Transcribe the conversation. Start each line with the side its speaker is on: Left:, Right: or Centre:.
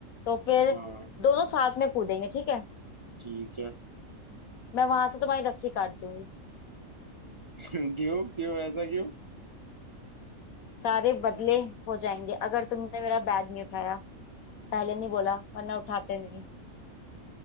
Left: तो फिर
Right: हाँ
Left: दोनों साथ में कूदेंगे ठीक है
Right: ठीक है
Left: मैं वहां से तुम्हारी रस्सी काट दूंगी
Right: <laughs> क्यों क्यों ऐसा क्यों
Left: सारे बदले हो जाएंगे अगर तुमने मेरा बैग नहीं उठाया पहले नहीं बोला वरना उठाते नहीं